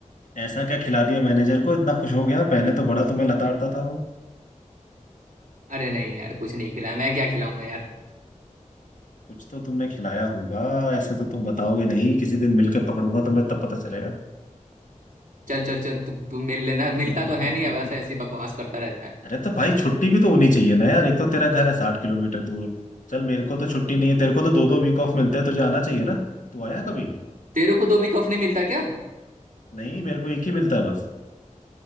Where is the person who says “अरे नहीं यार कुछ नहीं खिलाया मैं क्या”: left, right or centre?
Right